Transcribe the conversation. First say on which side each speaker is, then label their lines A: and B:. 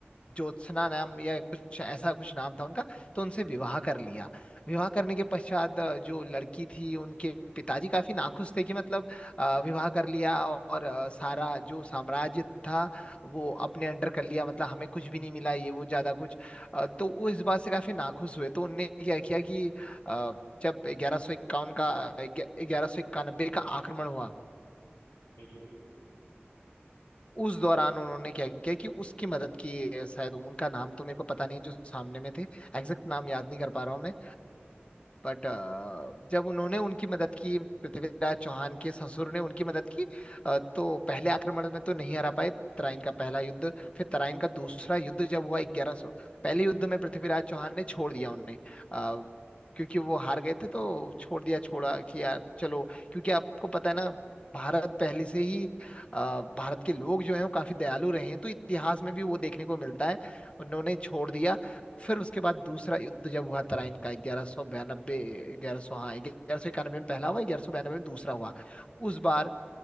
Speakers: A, on the left; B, on the left.
A: ज्योत्सना नाम या कुछ ऐसा कुछ नाम था उनका तो
B: हम्म
A: उनसे विवाह कर लिया विवाह करने के पश्चात अ, जो लड़की थी उनके पिताजी काफी नाखुश थे कि मतलब अ, विवाह कर लिया और अ, सारा जो साम्राज्य था वो अपने अंडर कर लिया मतलब हमें कुछ भी नहीं मिला ये वो ज्यादा कुछ अ, तो वो इस बात से काफी नाखुश हुए तो उनने क्या किया कि अ, जब ग्यारह सौ इक्यावन का ग्यारह सौ इक्यानबे का आक्रमण हुआ
B: बिल्कुल
A: उस दौरान उन्होंने क्या किया कि उसकी मदद की है, शायद उनका नाम तो मेरे को पता नहीं जो सामने में थे एग्जैक्ट
B: हम्म
A: नाम याद नहीं कर पा रहा हूँ मैं
B: हम्म
A: बट जब उन्होंने उनकी मदद की पृथ्वीराज चौहान के ससुर ने उनकी मदद की अ, तो पहले आक्रमण में तो नहीं हरा पाए तराइन का पहला युद्ध फिर तराइन का दूसरा युद्ध जब हुआ ग्यारह सौ पहले युद्ध में पृथ्वीराज चौहान ने छोड़ दिया उन्हें अ, क्योंकि वो हार गए थे तो छोड़ दिया छोड़ा कि यार चलो क्योंकि आपको पता है ना भारत पहले से ही अ, भारत के लोग जो हैं वो काफी दयालु रहे हैं तो इतिहास में भी वो देखने को मिलता है उन्होंने छोड़ दिया फिर उसके बाद दूसरा युद्ध जब हुआ तराइन का ग्यारह सौ बयानबे ग्यारह सौ हाँ ग्यारह सौ इक्यानबे में पहला हुआ ग्यारह सौ बयानबे में दूसरा हुआ उस बार